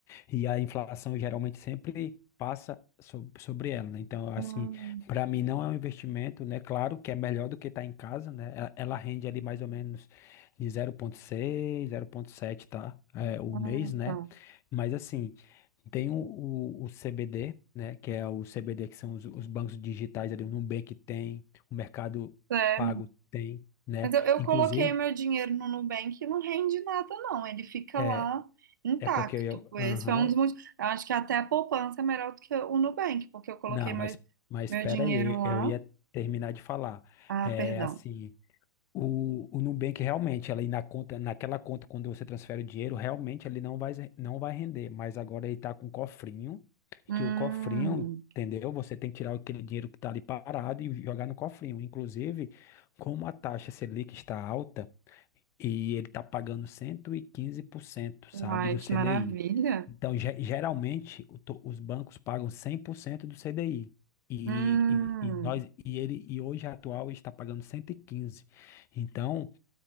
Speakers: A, on the left; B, on the right.
A: E a inflação geralmente sempre passa so- sobre ela, né? Então, assim,
B: Hum,
A: para mim não é um investimento, né? Claro que é melhor do que estar em casa, né? Ela ela rende ali mais ou menos de 0,6, 0,7, tá? É, o
B: ah,
A: mês, né?
B: tá.
A: Mas assim, tem o, o, o CBD, né? Que é o CBD que são os, os bancos digitais ali, o Nubank tem, o Mercado
B: É,
A: Pago tem, né?
B: Mas eu, eu
A: Inclusive,
B: coloquei meu dinheiro no Nubank e não rende nada, não. Ele fica
A: é,
B: lá intacto.
A: é porque eu,
B: Esse
A: aham,
B: foi um dos motivos. Eu acho que até a poupança é melhor do que o Nubank, porque eu coloquei
A: Não,
B: meu,
A: mas, mas
B: meu
A: espera
B: dinheiro
A: aí,
B: lá.
A: eu ia terminar de falar.
B: Ah,
A: É
B: perdão.
A: assim, o, o Nubank realmente, ali na conta, naquela conta, quando você transfere o dinheiro, realmente ele não vai, não vai render. Mas agora ele tá com um cofrinho,
B: Hum,
A: que o cofrinho, entendeu? Você tem que tirar aquele dinheiro que tá ali parado e jogar no cofrinho. Inclusive, como a taxa Selic está alta, e ele está pagando cento e quinze por cento,
B: uai,
A: sabe, do
B: que
A: CDI.
B: maravilha.
A: Então, ge- geralmente, o to- os bancos pagam 100% do CDI. E,
B: Hum,
A: e, e nós e ele e hoje a atual está pagando 115. Então,